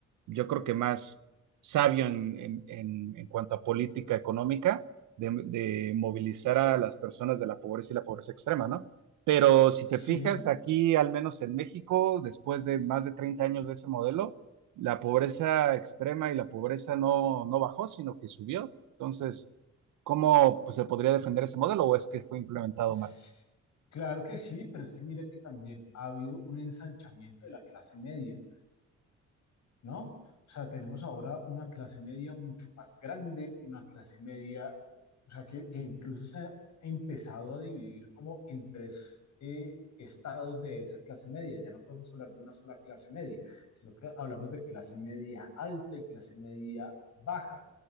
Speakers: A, on the right (about 75°); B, on the left (about 65°).
A: yo creo que más sabio en, en- en- en cuanto a política económica, de de movilizar a las personas de la pobreza y la pobreza extrema, ¿no? Pero si te
B: Sí,
A: fijas, aquí, al menos en México, después de más de 30 años de ese modelo, la pobreza extrema y la pobreza no, no bajó, sino que subió. Entonces, ¿cómo pues, se podría defender ese modelo o es que fue implementado
B: sí,
A: mal?
B: claro que sí, pero es que mira que también ha habido un ensanchamiento de la clase media ¿no? O sea, tenemos ahora una clase media mucho más grande, una clase media, o sea, que, que incluso se ha empezado a dividir como en tres eh, estados de esa clase media. Ya no podemos hablar de una sola clase media, sino que hablamos de clase media alta y clase media baja.